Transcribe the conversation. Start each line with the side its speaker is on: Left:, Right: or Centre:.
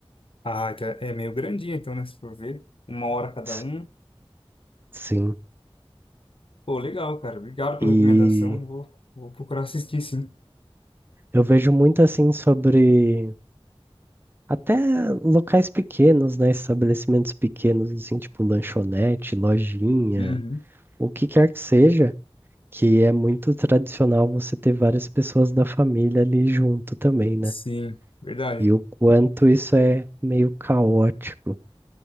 Left: Ah, que é é meio grandinho, então, né? Se for ver, uma hora cada
Right: S-
Left: um.
Right: Sim.
Left: Pô, legal, cara. Obrigado pela
Right: E
Left: recomendação. Vou, vou procurar assistir, sim.
Right: eu vejo muito assim sobre até locais pequenos, né? Estabelecimentos pequenos, assim, tipo lanchonete, lojinha,
Left: Uhum.
Right: o que quer que seja, que é muito tradicional você ter várias pessoas da família ali junto também, né?
Left: Sim, verdade.
Right: E o quanto isso é meio caótico